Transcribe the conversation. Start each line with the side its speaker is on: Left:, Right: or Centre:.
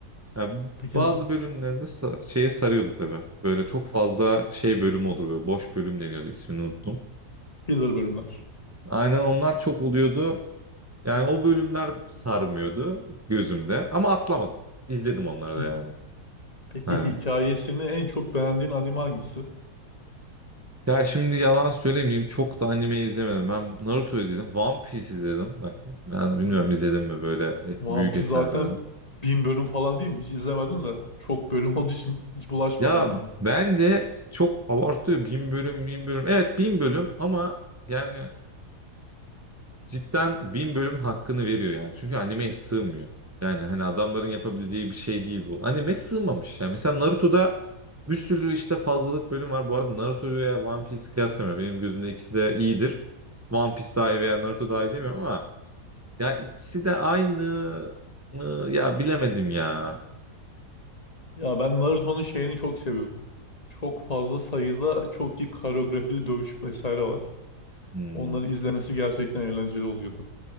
Right: Yani
Left: Peki
Right: bazı bölümlerinde sa- şeye sarıyordu tabii. Böyle çok fazla şey bölüm olur böyle boş bölüm deniyordu ismini unuttum.
Left: filler bölümler.
Right: Aynen onlar çok oluyordu. Yani o bölümler sarmıyordu gözümde ama atlamadım. İzledim onları
Left: <clears throat> Hı.
Right: da yani.
Left: Peki
Right: Aynen.
Left: hikayesini en çok beğendiğin anime hangisi?
Right: Ya şimdi yalan söylemeyeyim çok da anime izlemedim. Ben Naruto izledim. One Piece izledim. Bak ben bilmiyorum
Left: Hı.
Right: izledim mi böyle e,
Left: One
Right: büyük
Left: Piece
Right: eserlerin.
Left: zaten bin bölüm falan değil mi? Hiç izlemedim de. Çok bölüm <laughs> olduğu için hiç bulaşmadım
Right: Ya
Left: ona ben.
Right: bence çok abartıyor. Bin bölüm, bin bölüm. Evet bin bölüm ama yani cidden bin bölümün hakkını veriyor yani. Çünkü animeye sığmıyor. Yani hani adamların yapabileceği bir şey değil bu. Anime sığmamış yani. Mesela Naruto'da bir sürü işte fazlalık bölüm var. Bu arada Naruto'yu veya One Piece'i kıyaslamıyorum. Benim gözümde ikisi de iyidir. One Piece daha iyi veya Naruto daha iyi demiyorum ama Ya ikisi de aynı. mı? Ya bilemedim ya.
Left: Ya ben Naruto'nun şeyini çok seviyordum. Çok fazla sayıda çok iyi koreografili dövüş vesaire var.
Right: Hmm,
Left: Onları izlemesi gerçekten eğlenceli oluyordu.